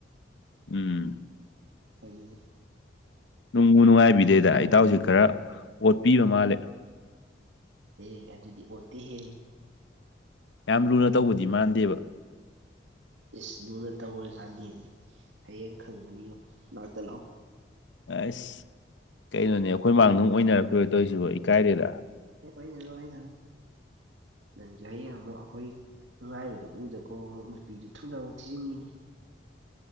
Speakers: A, on the left; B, on the right.
A: ꯎꯝ
B: ꯑꯗꯨꯅꯤ
A: ꯅꯨꯡꯕꯨꯨ ꯅꯨꯡꯉꯥꯏꯕꯤꯗꯦꯗ ꯏꯇꯥꯎꯁꯦ ꯈꯔ ꯑꯣꯠꯄꯤꯕ ꯃꯥꯜꯂꯤ꯫
B: ꯑꯦ ꯑꯗꯨꯗꯤ ꯑꯣꯠꯇꯦꯍꯦ
A: ꯌꯥꯝ ꯂꯨꯅ ꯇꯧꯕꯗꯤ ꯃꯥꯟꯗꯦꯕ
B: ꯏꯁ ꯂꯨꯅ ꯇꯧꯔꯖꯥꯠꯅꯤ ꯍꯌꯦꯡ ꯈꯪꯒꯅꯤ ꯉꯥꯛꯇ ꯂꯥꯛꯑꯣ
A: ꯑꯁ ꯀꯩꯅꯣꯅꯦ ꯑꯩꯈꯣꯏ ꯃꯥꯡꯗꯧ ꯑꯣꯏꯅꯔꯛꯇꯣꯏ ꯇꯧꯔꯤꯁꯤꯕꯣ ꯏꯀꯥꯏꯗꯦꯗ
B: ꯑꯦꯔꯔꯣꯏ ꯅꯪꯖꯩꯌꯦ ꯑꯃꯨꯛ ꯑꯩꯈꯣꯏ ꯅꯨꯡꯉꯥꯏꯕꯗꯨ ꯎꯗꯀꯣ ꯑꯃꯨꯛ ꯅꯨꯄꯤꯗꯨ ꯊꯨꯅ ꯑꯃꯨꯛ ꯊꯤꯖꯤꯟꯈꯤꯅꯤ